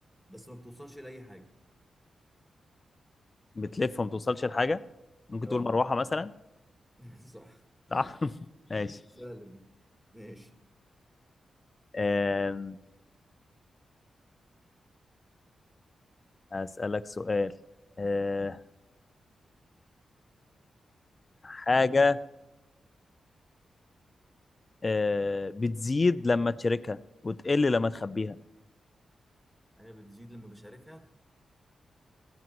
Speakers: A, in the centre; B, on the left.
A: بس ما بتوصلش لأي حاجة
B: بتلف وما توصلش لحاجه ممكن
A: اه
B: تقول مروحه مثلا
A: <laughs> صح
B: صح <laughs> ماشي
A: سهلة دي ماشي
B: آم، هسألك سؤال آه، حاجه آه، بتزيد لما تشاركها وتقل لما تخبيها
A: حاجة بتزيد لما بشاركها